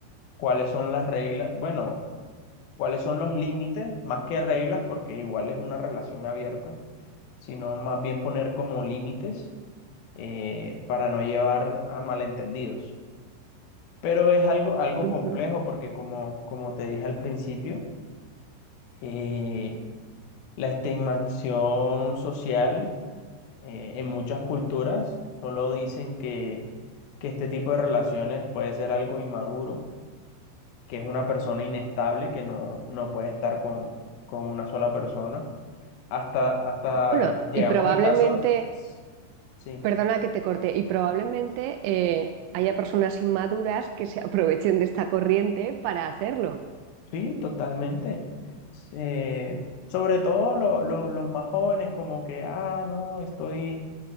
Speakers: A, on the left; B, on the right.
A: cuáles son las reglas, bueno, cuáles son los límites, más que reglas, porque igual es una relación abierta, sino más bien poner como límites eh, para no llevar a malentendidos. Pero es algo, algo
B: Ujú.
A: complejo porque como, como te dije al principio, eh, la estimación social Eh, en muchas culturas solo dicen que, que este tipo de relaciones puede ser algo inmaduro, que es una persona inestable, que no, no puede estar con, con una sola persona. Hasta, hasta
B: Bueno,
A: llegamos
B: y probablemente,
A: al caso, sí,
B: perdona que te corte, y probablemente eh, haya personas inmaduras que se <laughs> aprovechen de esta corriente para hacerlo.
A: sí, totalmente. Eh, sobre todo lo- lo- los más jóvenes, como que, ah, no, estoy